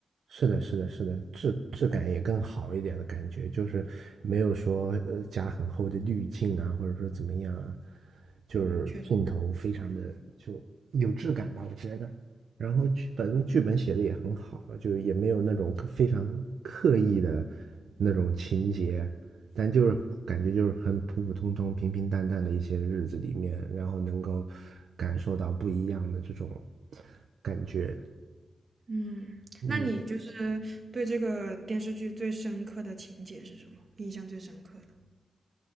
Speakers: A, on the right; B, on the right.
A: 是的，是的，是的，质质感也更好一点的感觉，就是没有说呃加很厚的滤镜啊，或者说怎么样啊，就是镜头非常的就有质感吧，
B: 嗯，确实。
A: 我觉得。然后剧本剧本写的也很好啊，就也没有那种刻非常刻意的那种情节，但就是感觉就是很普普通通、平平淡淡的一些日子里面，然后能够感受到不一样的这种感觉，
B: 嗯，
A: 嗯。
B: 那你就是对这个电视剧最深刻的情节是什么？印象最深刻的？